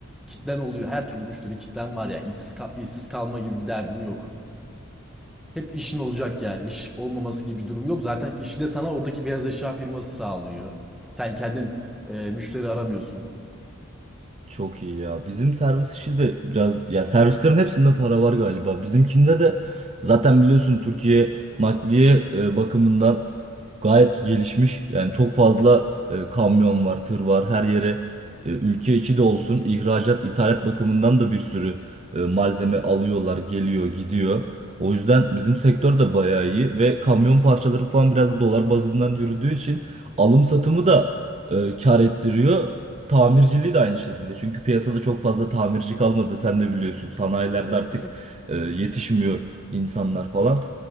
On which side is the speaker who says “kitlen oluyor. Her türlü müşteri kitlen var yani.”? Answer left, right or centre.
Centre